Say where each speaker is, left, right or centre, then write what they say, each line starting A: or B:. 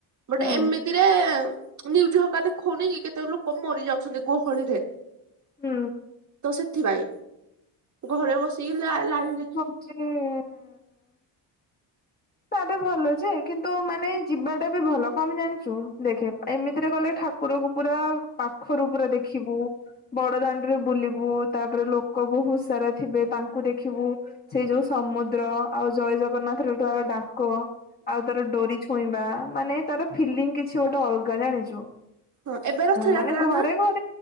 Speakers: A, on the right (about 40°); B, on the left (about 20°).
A: ଗୋଟେ
B: ହୁଁ
A: ଏମିତିରେ ନିଉଜ ହକା ଦେଖାଉନି କେତେ ଲୋକ ମରି ଯାଉଛନ୍ତି ଗହଳିରେ।
B: ହୁଁ।
A: ତ ସେଥିପାଇଁ ଘରେ ବସିକ ଲାଇନ୍‌ ରେ
B: ହ <inaudible> ତା ବି ଭଲ ଯେ କିନ୍ତୁ ମାନେ ଯିବାଟା ବି ଭଲ କମ ଜାଣିଛୁ ଦେଖେ ଏମିତିରେ ଗଲେ ଠାକୁର ଠାକୁର କୁ ପୁରା ପାଖରୁ ପୁରା ଦେଖିବୁ। ବଡଦାଣ୍ଡରେ ବୁଲିବୁ ତାପରେ ଲୋକ ବହୁତ ସାରା ଥିବେ ତାଙ୍କୁ ଦେଖିବୁ। ସେଇ ଯୋଉ ସମୁଦ୍ର ଆଉ ଜୟ ଜଗନ୍ନାଥ ର ଯୋଉ ଡାକ। ଆଉ ତାର ଡୋରି ଛୁଇଁବା ମାନେ ତାର ଫିଲିଙ୍ଗ କିଛି ଗୋଟେ ଅଲଗା ଜାଣିଛୁ।
A: ହଁ ଏବେ ରଥଯାତ୍ରା
B: ମାନେ ଘରେ
A: ନା
B: ଘରେ